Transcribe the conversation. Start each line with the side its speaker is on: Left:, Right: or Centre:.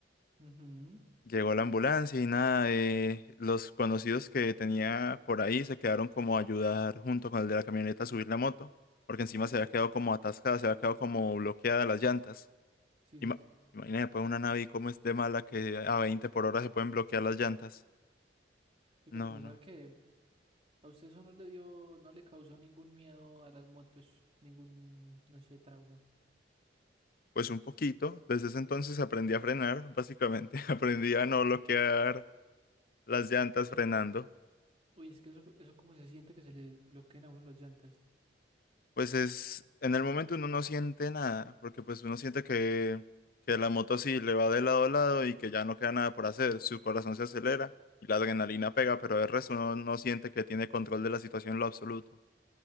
Right: Ujú,
Left: Llegó la ambulancia y nada, eh, los conocidos que tenía por ahí se quedaron como a ayudar junto con el de la camioneta a subir la moto, porque encima se había quedado como atascada, se había quedado como bloqueada las llantas.
Right: Sí,
Left: Ima-
Right: sas.
Left: Imagínate, pues una nave como es de mala que a 20 por hora se pueden bloquear las llantas.
Right: Oiga,
Left: No,
Right: pero
Left: no.
Right: ¿sabe qué? ¿A usted eso no le dio, no le causó ningún miedo a las motos? Ningún, no sé, trauma.
Left: Pues un poquito, desde ese entonces aprendí a frenar, básicamente. <laughs> Aprendí a no bloquear las llantas frenando.
Right: Uy, es que eso, eso cómo se siente que se le bloqueen a uno las llantas.
Left: Pues es, en el momento uno no siente nada, porque pues uno siente que, que la moto sí le va de lado a lado y que ya no queda nada por hacer, su corazón se acelera y la adrenalina pega, pero el resto uno no siente que tiene control de la situación en lo absoluto.